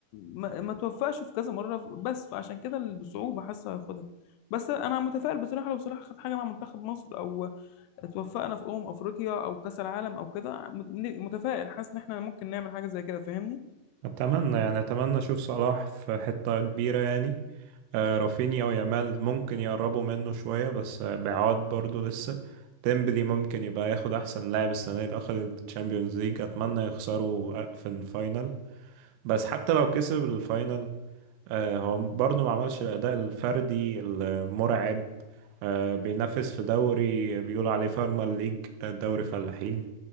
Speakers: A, on the left; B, on the right.
A: ما ما توفقش في كذا مرة بس فعشان كده ال- بصعوبة حاسة هياخدها بس أنا متفائل بصراحة لو صلاح خد حاجة مع منتخب مصر أو اتوفقنا في أمم أفريقيا أو كأس العالم أو كده مت- متفائل حاسس إن إحنا ممكن نعمل حاجة زي كده فاهمني؟
B: اتمنى يعني اتمنى اشوف صلاح في حته كبيره يعني آه رافينيا ويامال ممكن يقربوا منه شويه بس آه، بعاد برضو لسه ديمبلي ممكن يبقى ياخد احسن لاعب السنه دي اللي اخد الشامبيونز ليج اتمنى يخسروا آه، في الفاينل بس حتى لو كسب الفاينل آه، هو برضه ما عملش الأداء الفردي المرعب آه، بينافس في دوري بيقولوا عليه فارما ليج آه، دوري فلاحين